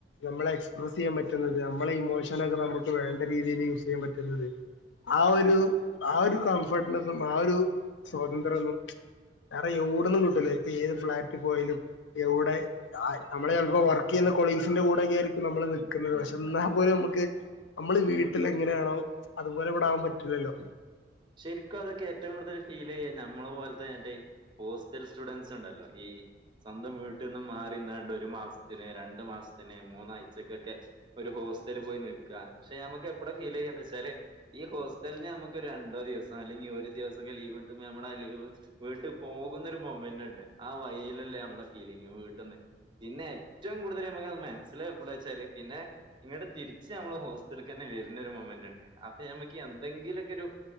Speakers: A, on the left (about 75°); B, on the right (about 25°).
A: നമ്മളെ എക്സ്പ്രെസ്സ് ചെയ്യാൻ പറ്റുന്നത് ത് നമ്മളെ ഇമോഷനൊക്കെ നമുക്ക് വേണ്ട രീതിയിൽ യൂസ് ചെയ്യാൻ പറ്റുന്നത് ആഹ് ഒരു ആഹ് ഒരു കംഫർട്ടനെസും ആ ഒരു സ്വാതന്ത്ര്യ ഒന്നും വേറെ എവ്ട്ന്നും കിട്ടൂല ഇപ്പൊ ഏത് ഫ്ലാറ്റിൽ പോയാലും എവ്ടെ നമ്മള് ചിലപ്പോ വർക്ക് ചെയ്യുന്ന കൊളീഗ്സിന്റെ കൂടെ ഒക്കെ ആയിരിക്കും നമ്മൾ നിക്കുന്നത്
B: ഉം
A: പഷ്
B: ഉം.
A: ആപോലും നമുക്ക് നമ്മള് വീട്ടിൽ എങ്ങനെയാണോ അതുപോലെ ഇവിടാകൻ പറ്റില്ലല്ലോ?
B: ശരിക്കും അതൊക്കെ ഏറ്റവും കൂടുതൽ ഫീൽ ചെയ്യ നമ്മള് പോലത്തെ മറ്റെ ഹോസ്റ്റൽ സ്റ്റുഡൻസ് ഉണ്ടല്ലോ ഈ സ്വന്തം വീട്ടിൽ നിന്നും മാറിന്നാണ്ട് ഒരു മാസത്തിനന് രണ്ടു മാസത്തിന് മൂന്നാഴ്ചക്കൊക്കെ ഒരു ഹോസ്റ്റൽ പോയി നിക്കാ പക്ഷെ നമ്മക്ക് എപ്പളാ ഫീൽ ചെയ്യന്ന് വെച്ചാല് ഈ ഹോസ്റ്റലിന് നമുക്ക് രൺ ണ്ടോ ദിവസം അല്ലങ്കി ഒരു ദിവസൊക്കെ ലീവ് കിട്ടുമ്പൊ ഞമ്മളാ ലീവ് വീട്ട് പോകുന്നൊരു മുമൻ്റ്ണ്ട്. ആ വയ്ലല്ലേ നമ്മളെ ഫീലിങ് വീട്ട് ന്ന് പിന്നെ ഏറ്റവും കൂടുതൽ നമ്മുക്കത് മനസ്സിലാവ എപ്പളാ വെച്ചാല് പിന്നെ ഇങ്ങട്ട് തിരിച്ച് ഞമ്മള് ഹോസ്റ്റല്ക്കെന്നെ വര്നൊരു മൊമെന്റ് ണ്ട്. അപ്പൊ ഞമ്മക്ക് എന്തെങ്കിലൊക്കെരു